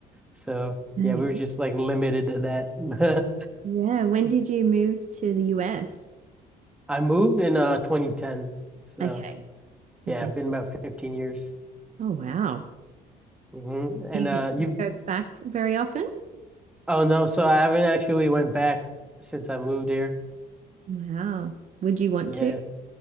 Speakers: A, in the centre; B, on the right.
A: So
B: Yeah.
A: yeah, we were just like limited to that.
B: Yeah, when did you move to the US?
A: <laughs> I moved in uh 2010. So
B: Okay. So
A: yeah,
B: you've been.
A: I've been about 15 years.
B: Oh, wow.
A: hmm And
B: Do You
A: uh,
B: get
A: you
B: to go back very often?
A: Oh no, so I haven't actually went back since I moved here.
B: Wow. Would you want
A: Yeah.
B: to?